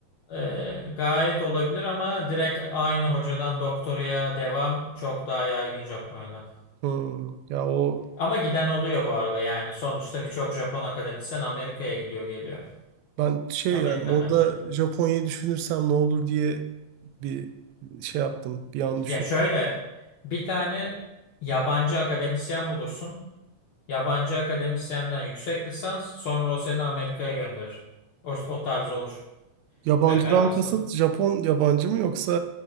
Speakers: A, on the left; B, on the right.
A: Ee, gayet olabilir ama direkt aynı hocadan doktoraya devam çok daha yaygın Japonya'da.
B: Hı. Ya o
A: Ama giden oluyor bu arada yani sonuçta birçok Japon akademisyen Amerika'ya gidiyor geliyor.
B: ben şey
A: Amerika'dan
B: yani orada
A: geliyor.
B: Japonya'yı düşünürsem ne olur diye bir şey yaptım bir an
A: Ya şöyle bir tane yabancı akademisyen bulursun. Yabancı akademisyenden yüksek lisans sonra o seni Amerika'ya gönderir. O, o tarz olur
B: Yabancıdan
A: referanslı.
B: kasıt Japon yabancı mı yoksa